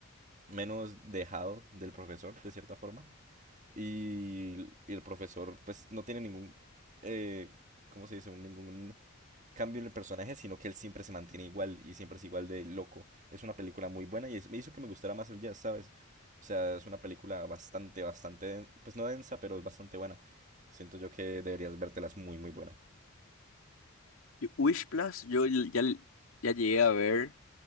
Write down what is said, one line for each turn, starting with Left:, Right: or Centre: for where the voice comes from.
Right: menos dejado del profesor, de cierta forma. Y, y el profesor, pues, no tiene ningún, eh, ¿cómo se dice? Un, ningún cambio en el personaje, sino que él siempre se mantiene igual y siempre es igual de loco. Es una película muy buena y es- me hizo que me gustara más el jazz, ¿sabes? O sea, es una película bastante, bastante, den- pues no densa, pero es bastante buena. Siento yo que deberías vértelas muy, muy buena.
Left: Yo- Wish Plus, yo l- ya, l- ya llegué a ver,